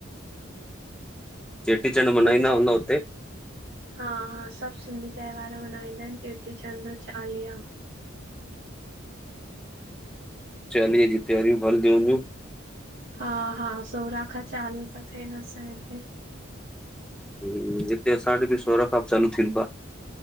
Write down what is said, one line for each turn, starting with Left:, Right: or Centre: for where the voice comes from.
Centre: चेटीचंड मनाईंदा
Right: ॿियो छा
Centre: हूंदउ उते?
Right: हा हा, सभ सिंधी त्योहार मल्हाईंदा आहिन, चेटीचंड चालीहा।
Centre: चालीहे जूं त्यार्यूं बि हलंदयूं हूंदयूं?
Right: हा हा, सोरां खां चालू ता थेन, असांजे हिते।
Centre: हूं, हिते असां वट बि सोरहां खां बि चालू थींदो आहे।